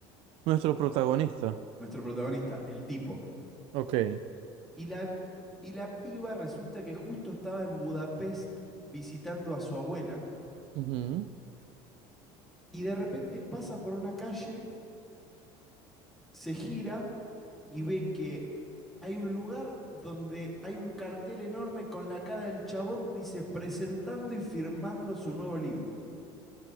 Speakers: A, on the right; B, in the centre.
A: Nuestro protagonista.
B: Nuestro protagonista, el tipo.
A: Ok.
B: Y la, y la piba resulta que justo estaba en Budapest visitando a su abuela
A: Ujú.
B: y de repente pasa por una calle se gira y ve que hay un lugar donde hay un cartel enorme con la cara del chabón, dice, presentando y firmando su nuevo libro,